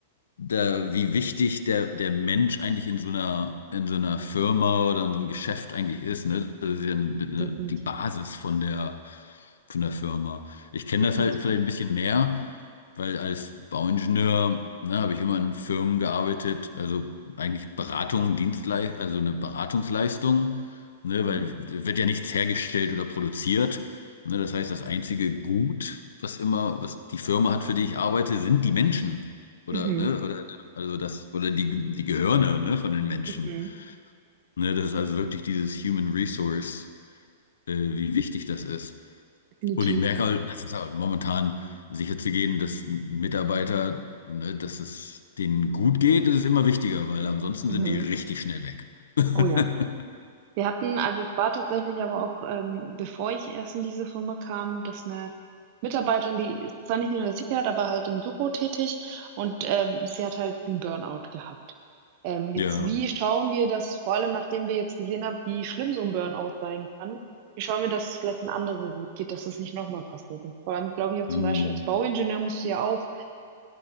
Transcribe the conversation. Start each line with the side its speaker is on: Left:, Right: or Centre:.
Left: da, wie wichtig der, der Mensch eigentlich in so einer, in so einer Firma oder in so einem Geschäft eigentlich ist, ne? Das ist ja eine- eine-
Right: Definitiv.
Left: die Basis von der, von der Firma. Ich kenne
Right: Definitiv.
Left: das halt vielleicht ein bisschen mehr, weil als Bauingenieur, ne, habe ich immer in Firmen gearbeitet, also eigentlich Beratung, Dienstleistung, also eine Beratungsleistung, ne,
Right: Mhm.
Left: weil wird ja nichts hergestellt oder produziert. Ne, das heißt, das einzige Gut, was immer, was die Firma hat, für die ich arbeite, sind die Menschen. Oder,
Right: Mhm.
Left: ne, oder, also das, oder die, die Gehirne, ne, von den Menschen.
Right: Mhm.
Left: Ne, das ist also wirklich dieses Human Resource, äh, wie wichtig das ist.
Right: Definitiv.
Left: Und ich merke halt, dass es halt momentan sicher zu gehen, dass Mitarbeiter, ne, dass es denen gut geht, das ist immer wichtiger, weil ansonsten
Right: Mhm.
Left: sind die richtig schnell weg. <laughs>
Right: Oh ja. Wir hatten, also es war tatsächlich aber auch, ähm, bevor ich erst in diese Firma kam, dass eine Mitarbeiterin, die ist zwar nicht in der Sicherheit, aber halt im Büro tätig und ähm, sie hat halt einen Burnout gehabt. Ähm,
Left: Ja,
Right: jetzt, wie schauen wir das, vor allem nachdem wir jetzt gesehen haben, wie schlimm so ein Burnout sein kann, wie schauen wir, dass es vielleicht einen anderen gut geht, dass das nicht nochmal passiert? Und vor allem, glaube ich, auch zum
Left: hm,
Right: Beispiel als Bauingenieur musst du ja auch